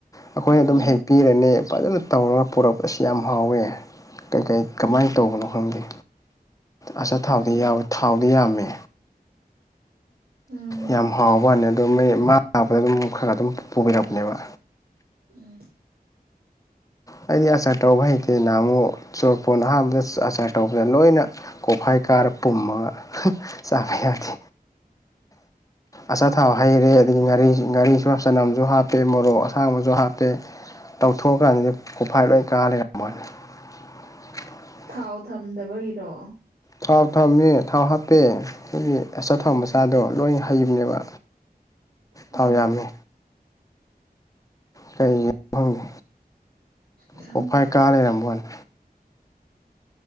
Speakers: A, on the left (about 20°); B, on the right (about 75°).
A: ꯑꯩꯈꯣꯏꯅ
B: ꯎꯝ
A: ꯑꯗꯨꯝ ꯍꯦꯛꯄꯤꯔꯅꯤ ꯐꯖꯅ ꯇꯧꯔꯒ ꯄꯨꯔꯛꯄ ꯑꯁ ꯌꯥꯝ ꯍꯥꯎꯋꯦ ꯀꯩ ꯀꯩ
B: ꯎꯝ
A: ꯀꯃꯥꯏ ꯇꯧꯕꯅꯣ ꯈꯪꯗꯦ ꯑꯆꯥꯊꯥꯎꯗꯤ
B: ꯎꯝ
A: ꯌꯥꯎꯋꯦ ꯊꯥꯎꯗꯤ ꯌꯥꯝꯃꯦ
B: ꯎꯝ
A: ꯌꯥꯝ ꯍꯥꯎꯕ꯭ꯋꯥꯏꯅꯤ ꯑꯗꯨ ꯃꯤ ꯃꯥ ꯂꯥꯛꯄꯗ ꯑꯗꯨꯝ ꯈꯔ ꯈꯔ ꯑꯗꯨꯝ ꯄꯨꯕꯤꯔꯛꯄꯅꯦꯕ
B: ꯎꯝ
A: ꯑꯩꯗꯤ ꯑꯆꯥꯔ ꯇꯧꯕ ꯍꯩꯇꯦ ꯅꯍꯥꯟꯃꯨꯛ ꯆꯣꯔꯐꯣꯟ ꯑꯍꯥꯟꯕꯗ ꯑꯆꯥꯔ ꯇꯧꯕꯗ ꯂꯣꯏꯅ ꯀꯣꯛꯐꯥꯏ ꯀꯥꯔ ꯄꯨꯝꯃꯒ ꯆꯥꯕ ꯌꯥꯗꯦ ꯑꯆꯥꯊꯥꯎ ꯍꯩꯔꯦ ꯑꯗꯒꯤ ꯉꯥꯔꯤ ꯉꯥꯔꯤꯁꯨ ꯆꯅꯝꯁꯨ ꯍꯥꯞꯄꯦ ꯃꯣꯔꯣꯛ ꯑꯁꯥꯡꯕꯁꯨ ꯍꯥꯞꯄꯦ <unintelligible> ꯀꯣꯛꯐꯥꯏ ꯂꯣꯏ ꯀꯥ ꯂꯩꯔꯝ <unintelligible>
B: ꯊꯥꯎ ꯊꯝꯗꯕꯒꯤꯔꯣ
A: ꯊꯥꯎ ꯊꯝꯃꯦ ꯊꯥꯎ ꯍꯥꯞꯄꯦ ꯑꯗꯨꯒꯤ ꯑꯆꯥꯊꯥꯎ
B: ꯎꯝ
A: ꯃꯆꯥꯗꯣ ꯂꯣꯏ ꯍꯥꯞ ꯍꯩꯕꯅꯦꯕ
B: ꯎꯝ
A: ꯊꯥꯎ ꯌꯥꯝꯃꯦ ꯀꯩꯒꯤꯅꯣ ꯈꯪꯗꯦ
B: ꯈꯪꯗꯦꯅꯦ
A: ꯀꯣꯛꯐꯥꯏ ꯀꯥ ꯂꯩꯔꯝꯕꯩ ꯋꯥꯅꯦ